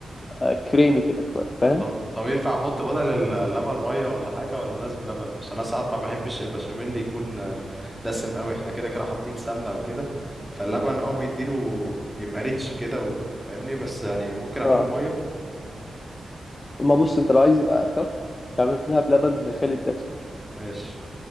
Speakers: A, on the left (about 30°); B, in the centre.
A: آه، كريمي كده شويه فاهم
B: طب طب ينفع احط بدل اللبن ميه ولا حاجه ولا لازم لبن عشان انا ساعات ما بحبش البشاميل اللي يكون آه، دسم قوي احنا كده كده حاطين سمنه وكده فاللبن اه بيديله يبقى ريتش كده و- فاهمني بس يعني ممكن اعمله
A: اه
B: بميه
A: اما بص انت لو عايز يبقى اخف تعملها بلبن خالي الدسم
B: ماشي